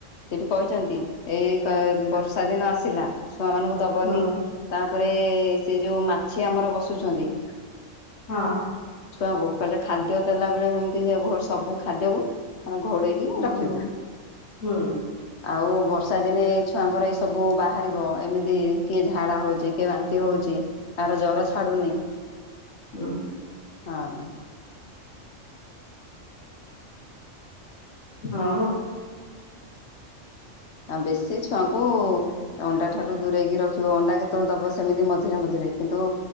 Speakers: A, on the left; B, on the left.
A: ସେଠି କହିଛନ୍ତି ଏଇ ବର୍ଷା ଦିନ ଆସିଲା ଛୁଆ ମାନଙ୍କୁ ଦବନି।
B: ହଁ
A: ତାପରେ ସେ ଯୋଉ ମାଛି ଆମର ବସୁଛନ୍ତି।
B: ହଁ।
A: ଛୁଆଙ୍କୁ କହିଲେ ଖାଦ୍ୟ ଦେଲା ବେଳେ ଯେମିତି ସବୁ ଖାଦ୍ୟକୁ ଘୋଡେଇକି
B: ହୁଁ
A: ରଖି ରଖିବ।
B: ହୁଁ
A: ଆଉ ବର୍ଷା ଦିନେ ଏଇ ଛୁଆଙ୍କର ଏଇ ସବୁ ବାହାରିବ ଏମିତି କିଏ ଝାଡା ହଉଛି। କିଏ ବାନ୍ତି ହଉଛି, କାହାର ଜ୍ଵର ଛାଡୁନି।
B: ହୁଁ
A: ହଁ।
B: ଆଉ।
A: ଆଉ ବେଶୀ ଛୁଆଙ୍କୁ ଅଣ୍ଡା ଠାରୁ ଦୂରେଇକି ରଖିବ ଅଣ୍ଡା କେତେବେଳେ ଦବ ସେମିତି ମଝିରେ ମଝିରେ। କିନ୍ତୁ